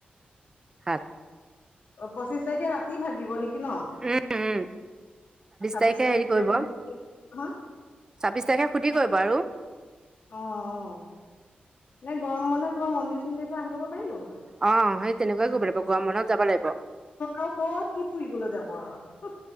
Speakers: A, on the right; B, on the left.
A: সাত।
B: অ পঁচিশ তাৰিখে ৰাতি ভাগিব নেকি ন।
A: উম উম
B: ছাব্বিশ
A: তাৰিখে
B: তাৰিখ
A: হেৰি কৰিব
B: হা।
A: ছাব্বিশ তাৰিখে সুধি কয় ব আৰু।
B: অ অ, মে গৰম বানত কবা মন্দিৰ চন্দিৰ পৰা আহিবগ পাৰিলো হয়।
A: অ সেই তেনেকুৱাই কৰিব লাগিব গৰম বন্ধত যাব লাগিব
B: কত কি ফুৰিবলৈ যাব আৰু।